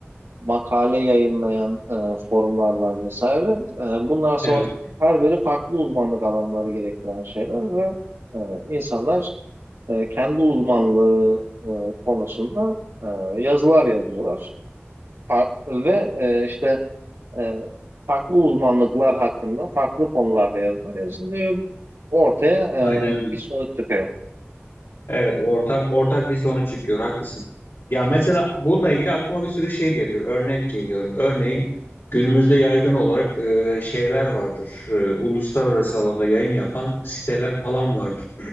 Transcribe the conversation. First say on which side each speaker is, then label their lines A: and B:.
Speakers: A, on the right; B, on the left.
A: makale yayınlayan e, forumlar var vesaire. E, bunlar sonuçta
B: Evet,
A: her biri farklı uzmanlık alanları gerektiren şeyler ve e, insanlar e, kendi uzmanlığı e, konusunda e, yazılar yazıyorlar. Fa- ve e, işte e, farklı uzmanlıklar hakkında farklı konularda yazılar yazılıyor. Ortaya e,
B: aynen öyle.
A: bir sonuç çıkıyor.
B: Evet, ortak ortak bir sonuç çıkıyor. Haklısın. Ya mesela bununla ilgili aklıma bir sürü şey geliyor. Örnek geliyor. Örneğin günümüzde yaygın olarak e, şeyler vardır. E, uluslararası alanda yayın yapan siteler falan vardır.